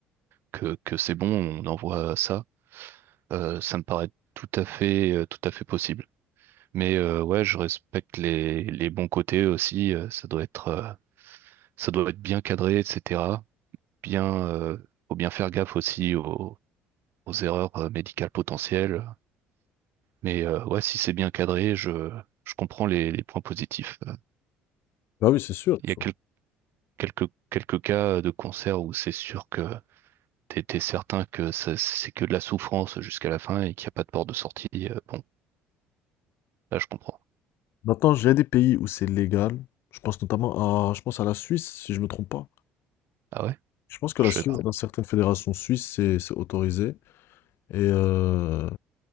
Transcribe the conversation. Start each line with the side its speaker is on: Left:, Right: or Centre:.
Right: que, que c'est bon, on envoie ça. Euh, ça me paraît tout à fait, euh, tout à fait possible. Mais euh, ouais, je respecte les, les bons côtés aussi. euh, ça doit être, euh, ça doit être bien cadré, etc. Bien, euh, faut bien faire gaffe aussi aux aux erreurs euh, médicales potentielles. Mais euh, ouais, si c'est bien cadré, je, je comprends les, les points positifs. Euh,
Left: bah oui, c'est sûr.
Right: Il
Left: faut-
Right: y a quel- quelques, quelques cas de cancer où c'est sûr que t'es, t'es certain que ça- c'est que de la souffrance jusqu'à la fin et qu'il n'y a pas de porte de sortie. Euh, bon, là je comprends.
Left: Maintenant, j'ai des pays où c'est légal. Je pense notamment à, je pense à la Suisse, si je me trompe pas.
Right: Ah ouais?
Left: Je pense que
Right: Ah,
Left: la
Right: je
Left: Suisse,
Right: sais pas.
Left: dans certaines fédérations suisses, c'est c'est autorisé. Et euh,